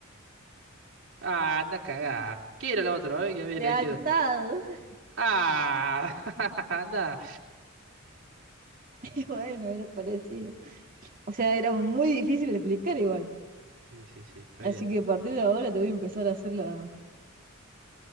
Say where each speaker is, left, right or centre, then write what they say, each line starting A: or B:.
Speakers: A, on the right; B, on the right.
A: Ah, anda, cagá. ¿Qué era lo otro, eh? Que habías
B: Lealtad.
A: elegido.
B: <laughs>
A: Ah, <laughs> anda.
B: Y bueno, era parecido. O sea, era muy difícil de explicar igual.
A: Sí, sí, sí, está bien.
B: Así que a partir de ahora te voy a empezar a hacer la-